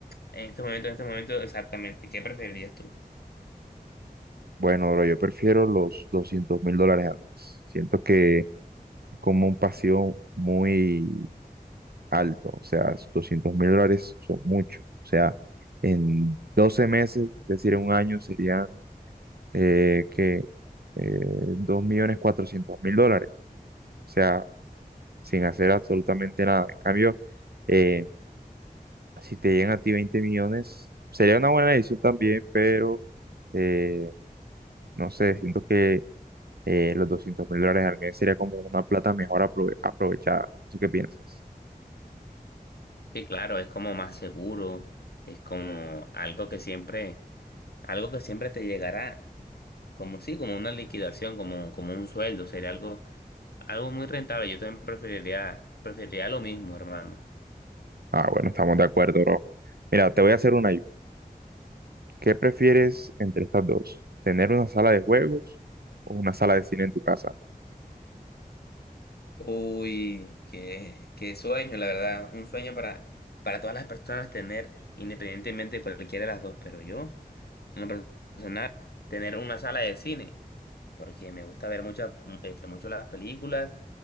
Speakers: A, on the left; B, on the right.
A: en este momento, en este momento exactamente. ¿Qué preferirías tú?
B: Bueno, bro, yo prefiero los doscientos mil dólares al mes. Siento que es como un pasivo muy alto. O sea, doscientos mil dólares son mucho. O sea, en 12 meses, es decir, en un año serían eh, que eh, 2.400.000 dólares. O sea, sin hacer absolutamente nada. En cambio, eh, Si te llegan a ti 20 millones, sería una buena decisión también, pero eh, no sé, siento que eh, los doscientos mil dólares al mes sería como una plata mejor aprove- aprovechada. No sé ¿Qué piensas?
A: Sí, claro, es como más seguro, es como algo que siempre algo que siempre te llegará como sí, como una liquidación, como, como un sueldo, sería algo, algo muy rentable. Yo también preferiría, preferiría lo mismo, hermano.
B: Ah, bueno, estamos de acuerdo, bro. Mira, te voy a hacer una ayuda. ¿Qué prefieres entre estas dos? ¿Tener una sala de juegos o una sala de cine en tu casa?
A: Uy, qué, qué sueño, la verdad. Un sueño para, Para todas las personas tener, independientemente de cualquiera de las dos, pero yo, en lo personal, tener una sala de cine, porque me gusta ver muchas, este, mucho las películas